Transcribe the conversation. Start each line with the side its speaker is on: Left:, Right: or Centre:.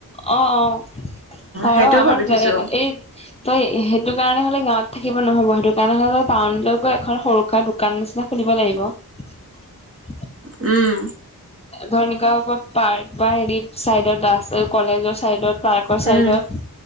Left: অ-অ-অ। আৰু
Right: সেইটোও
Left: আমাৰ
Right: ভাবি থৈছো
Left: এই তই সেইটো কাৰণে হ'লে গাঁৱত থাকিব নহ'ব সেইটো কাৰণে হ'লে টাউনলৈ গৈ এখন সৰুকৰ দোকান নিচিনা খুলিব লাগিব।
Right: উম।
Left: ধৰ এনিকা পাৰ্ক বা হেৰি চাইডত আছে কলেজৰ চাইডত, পাৰ্কৰ চাইডত
Right: উম,